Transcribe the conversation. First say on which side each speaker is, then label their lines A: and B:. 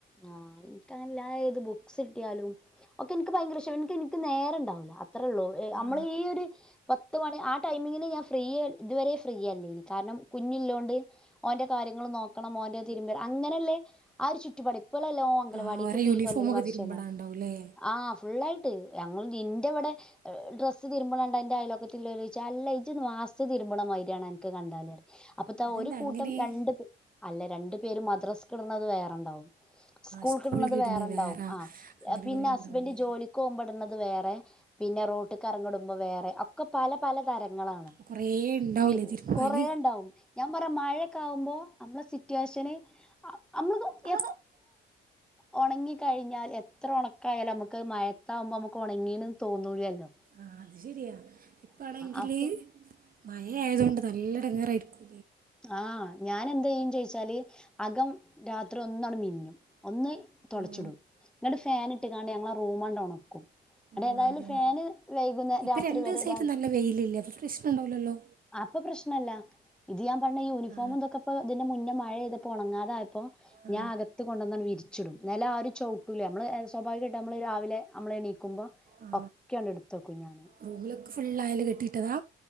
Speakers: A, in the centre; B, on the right.
A: ആഹ് എനക്ക് എല്ലാ ഏത് ബുക്സ് കിട്ടിയാലും ഒക്കെ നിക്ക് ഭയങ്കര ഇഷാ നിക്ക് നിക്ക് നേരണ്ടാവൂല്ല അത്രേ ഉള്ളൂ നമ്മള്
B: ആ
A: ഈ ഒരു പത്ത് മണി ആ ടൈമിങ്ങിന് ഞാൻ ഫ്രീ ഇതുവരെ ഫ്രീയല്ലേനി കാരണം കുഞ്ഞില്ലോണ്ട് ഓന്റെ കാര്യങ്ങള് നോക്കണം ഓന്റെ തിരുമ്പടണം അങ്ങനെയല്ലേ ആ ഒരു ചുറ്റുപാട് ഇപ്പലല്ലോ ഓൻ അംഗലവാടിക്ക്
B: ആ ഓരോ
A: പ്പി
B: യൂണിഫോമൊക്കെ
A: കൊല്ല വർഷന
B: തിരുമ്പടാണ്ടാവും അല്ലേ
A: ആ ഫുള്ളായി ട്ട് ഞങ്ങള് തിൻ്റെ വടെ ഡ്രസ്സ്‌ തിരുമ്പണണ്ട ന്റെ അയൽവക്കത്തുളൊര് ച്ച് അല്ലാ ഇജ്ജ് മാസത്ത് തിരുമ്പണ മായിരിയാണ് എനിക്ക് കണ്ടല്റയും അപ്പത്തെ
B: അതെന്താ
A: ഒരു കൂട്ടം
B: അങ്ങനെ
A: രണ്ട് അല്ല രണ്ട് പേര് മദ്രാസ്ക്ക് ഇടുന്നത് വേറെണ്ടാവും സ്കൂൾക്കിടുന്നത്
B: സ്കൂളിൽ ഇടുന്നത്
A: വേറെണ്ടാവും
B: വേറെ
A: ആ
B: അങ്ങനെ
A: പിന്നെ
B: കുറേ
A: ഹസ്ബൻഡ്
B: ഉണ്ടാവില്ലേ
A: ജോലി ക്കോവുമ്പോടുന്നത് വേറെ പിന്നെ റോട്ടിയ്ക്ക് എറങ്ങടുമ്പോ വേറെ ഒക്കെ പല പല തരങ്ങളാണ്
B: അപ്പോൾ കുറേ ഉണ്ടാവില്ലേ
A: പി
B: തിരുമ്പാൻ
A: കൊറേണ്ടാവും ഞാൻ പറയാ മഴൊക്കെ ആകുമ്പോ അമ്മളെ സിറ്റുവേഷന് നമ്മള്
B: ആ
A: എ ഒണങ്ങി കഴിഞ്ഞാൽ എത്ര ഒണക്കായാലും നമുക്ക് മയത്താവുമ്പോ നമുക്ക് ഉണങ്ങീന്ന് തോന്നൂല്ലല്ലോ
B: ആഹ് അത് ശരിയാ ഇപ്പാണെങ്കില്
A: അപ്പൊ
B: മഴ ആയതോണ്ട് നല്ല ഇടങ്ങേറായിരിക്കും
A: ആഹ് ഞാൻ എന്ത് ചെയ്യും ചോയിച്ചാല് അകം രാത്രി ഒന്നാണ് മിന്നും ഒന്ന് തൊടച്ചിടും
B: ഓ
A: ന്ന്ട്ട് ഫാനട്ട് കാണ്ട് ഞങ്ങള റൂംമാണ്ടൊണക്കും അടെ
B: ഓ
A: ഏതായാലും
B: അങ്ങനെ
A: ഫാന് വൈകുന്നര
B: ഇപ്പം
A: രാത്രി
B: രണ്ട്
A: വരെ
B: ദിവസമായിട്ട്
A: താണ്
B: നല്ല വെയിലില്ലേ അപ്പോൾ പ്രശ്നം ഉണ്ടാവില്ലല്ലോ
A: അപ്പൊ പ്രശ്നല്ല ഇത് ഞാൻ പറയണേ യൂണിഫോമുംന്തൊക്കെ
B: ആ,
A: പ്പൊ ഇതിനു മുന്നേ മഴെയ്തപ്പോ ഉണങ്ങാതായപ്പോ
B: ആ,
A: ഞാൻ അകത്ത് കൊണ്ടന്നാണ് വിരിച്ചിടും നെലം ആരും ചവിട്ടൂല നമ്മള് സ്വാഭാവികമായിട്ട് നമ്മള് രാവിലെ നമ്മള് എനീക്കുമ്പോ
B: ആ.
A: ഒക്കെയാണ്ട് എടുത്തെക്കും ഞാന്
B: റൂമിലൊക്കെ ഫുള്ള് ആയല് കെട്ടിട്ടതാ